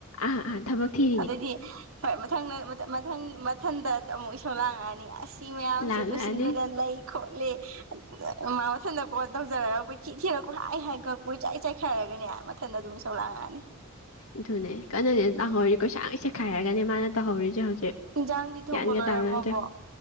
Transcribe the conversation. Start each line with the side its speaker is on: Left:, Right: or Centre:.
Left: ꯑꯥꯥ ꯑꯥ ꯊꯕꯛ ꯊꯤ
Right: ꯑꯗꯨꯗꯤ ꯍꯣꯏ ꯃꯊꯥꯟ ꯃꯊꯥꯟ ꯃꯊꯟꯗ ꯑꯃꯨꯛ ꯏꯁꯥꯎ ꯂꯥꯡꯉꯛꯑꯅꯤ ꯑꯁ ꯁꯤ ꯃꯌꯥꯝꯁꯤ
Left: ꯂꯥꯛꯉꯛꯑꯅꯤ
Right: ꯂꯣꯢꯁꯤꯟꯕꯗ ꯂꯩ ꯈꯣꯠꯂꯤ ꯃꯥ ꯃꯊꯟꯇ ꯀꯣꯟ ꯇꯧꯖꯔꯒ ꯀꯣꯢꯊꯤ ꯊꯤꯔꯒ ꯎ ꯍꯥꯏ ꯍꯥꯏ ꯒꯛꯀꯨ ꯆꯥꯏ ꯆꯥꯏꯈꯥꯢꯔꯒꯅꯦ ꯃꯊꯟꯗ ꯑꯗꯨꯝ ꯆ ꯂꯥꯡꯉꯛꯑꯅꯤ
Left: ꯏꯗꯧꯅꯦ ꯀꯟꯅꯅꯦꯅ ꯂꯥꯡꯍꯧꯔꯤ ꯀꯣꯏꯆꯥꯢ ꯁꯦꯈꯥꯏꯔꯒꯅꯦ ꯃꯥꯅ ꯇꯧꯍꯧꯔꯤꯁꯦ ꯍꯧꯖꯤꯛ
Right: ꯏꯟꯖꯥꯡꯗꯤ ꯊꯣꯡꯕ
Left: ꯒꯌꯥꯟꯒ
Right: ꯂꯣꯏꯔꯝꯃꯕꯣ
Left: ꯇꯕ ꯅꯠꯇꯦ